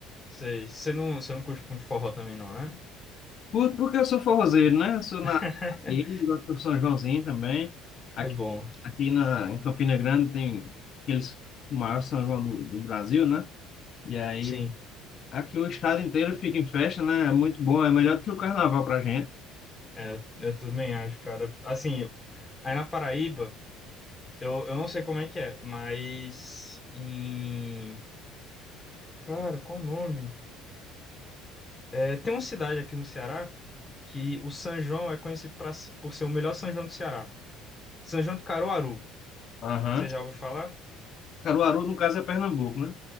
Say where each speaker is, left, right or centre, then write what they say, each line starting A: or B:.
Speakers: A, on the left; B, on the left.
A: sei. Você não, você não curte muito forró também não, né?
B: Curto porque eu sou forrozeiro, né? Eu sou na
A: <laughs>
B: aí, gosto do São Joãozinho também. Aqui,
A: É bom.
B: aqui na, em Campina Grande tem aqueles o maior São João do, do Brasil, né? E aí
A: Sim.
B: aqui o estado inteiro fica em festa, né? É muito bom, é melhor do que o carnaval pra gente.
A: É, eu também acho, cara. Assim, eu- aí na Paraíba, eu, eu não sei como é que é, mas em. Cara, qual o nome? É, tem uma cidade aqui no Ceará que o São João é conhecido pra, se- por ser o melhor São João do Ceará. São João de Caruaru.
B: Aham.
A: Você já ouviu falar?
B: Caruaru, no caso, é Pernambuco, né?